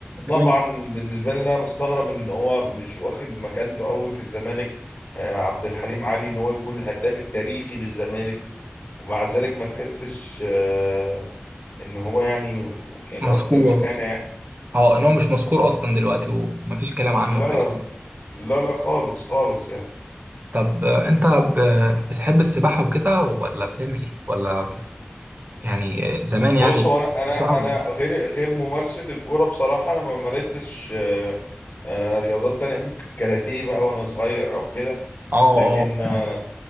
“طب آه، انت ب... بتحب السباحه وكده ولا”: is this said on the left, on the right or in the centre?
Right